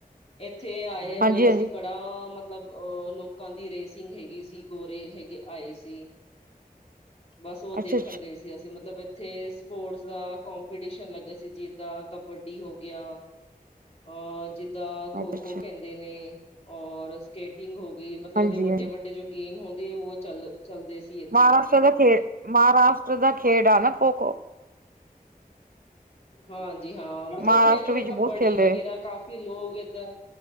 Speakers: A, on the left; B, on the right.
A: ਏਥੇ ਆਏ ਹੋਏ
B: ਹਾਂਜੀ
A: ਸੀ,
B: ਹਾਂਜੀ
A: ਬੜਾ ਮਤਲਬ ਅ ਲੋਕਾਂ ਦੀ ਰੇਸਿੰਗ ਹੈਗੀ ਸੀ, ਗੋਰੇ ਹੈਗੇ ਆਏ ਸੀ। ਬਸ ਔ ਦੇਖ
B: ਅੱਛਾ ਅੱਛਾ
A: ਗਏ ਸੀ, ਅਸੀਂ ਮਤਲਬ ਏੱਥੇ ਸਪੋਰਟਸ ਦਾ ਕੋਂਪੀਟੀਸ਼ਨ ਲੱਗੇਆ ਸੀ, ਜਿੱਦਾਂ ਕਬੱਡੀ ਹੋ ਗਿਆ ਅ ਜਿੱ। ਦਾ ਖੋ-ਖੋ
B: ਅੱਛਾ ਅੱਛਾ
A: ਕੈਂਹਦੇ ਨੇ, ਔਰ ਸਕੇਟਿੰਗ ਹੋ ਗਈ, ਮਤਲਬ
B: ਹਾਂਜੀ
A: ਦੇ ਵੱਡੇ-ਵੱਡੇ
B: ਹਾਂਜੀ
A: ਜੋ ਗੇਮ ਹੁੰਦੀ ਏ, ਔ ਚੱਲ ਚਲਦੇ ਸੀ। ਇੱਥੇ
B: ਮਹਾਰਾਸ਼ਟਰ ਦਾ ਖੇ, ਮਹਾਰਾਸ਼ਟਰ ਦਾ ਖੇਡ ਆ ਨਾ ਖੋ-ਖੋ।
A: ਹਾਂਜੀ, ਹਾਂ ਮਤਲਬ,
B: ਮਹਾਰਾਸ਼ਟਰ
A: ਖੇਡਦੇ ਨੇ
B: ਵਿੱਚ ਬਹੁਤ
A: ਕਬੱਡੀ
B: ਖੇਲਦੇ
A: ਵਗੈਰਾ ਕਾਫ਼ੀ ਲੋਕ ਏੱਧਰ